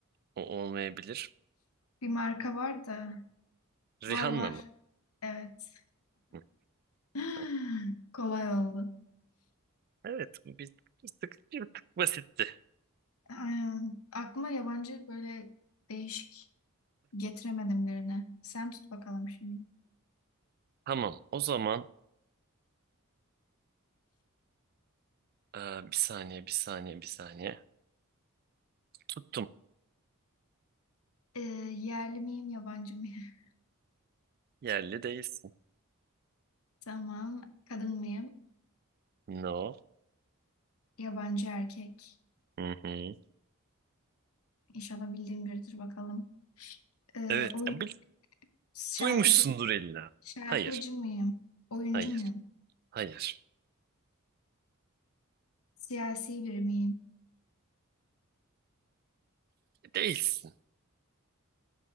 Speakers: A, on the right; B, on the left.
A: o olmayabilir.
B: Bir marka var da.
A: Rihanna
B: Var var.
A: mı?
B: Evet.
A: Hı,
B: <gasps>
A: tamam.
B: Kolay oldu.
A: Evet, bu bir, bir tık, bir tık basitti.
B: Aynen. Aklıma yabancı böyle değişik getiremedim birine. Sen tut bakalım şimdi.
A: Tamam, o zaman eee, bir saniye, bir saniye, bir saniye. Tuttum.
B: Ee, yerli miyim, yabancı mıyım? <laughs>
A: Yerli değilsin.
B: Tamam. Kadın mıyım?
A: No.
B: Yabancı erkek.
A: Hı hı.
B: İnşallah bildiğim biridir bakalım. Ee,
A: Evet,
B: oyun
A: ya bil-
B: şarkıcı
A: duymuşsundur illa.
B: şarkıcı
A: Hayır,
B: mıyım? Oyuncu
A: hayır,
B: muyum?
A: hayır.
B: Siyasi biri miyim?
A: Değilsin.